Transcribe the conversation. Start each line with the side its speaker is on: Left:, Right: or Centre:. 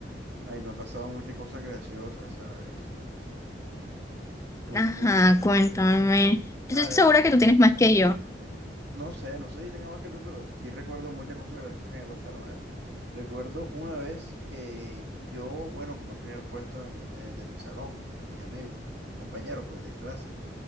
Right: Ay, me han pasado muchas cosas graciosas, ¿sabes? Full,
Left: Ajá,
Right: full.
Left: cuéntame. Yo
Right: A
Left: estoy
Right: ver,
Left: segura que tú tienes más que yo.
Right: no sé, no sé si tenga más que tú, pero sí recuerdo muchas cosas graciosas que me pasaron. A ver, recuerdo una vez que yo, bueno, ocupé el primer puesto en, eh, de mi salón, entre mis amigos, compañeros, pues, de clase.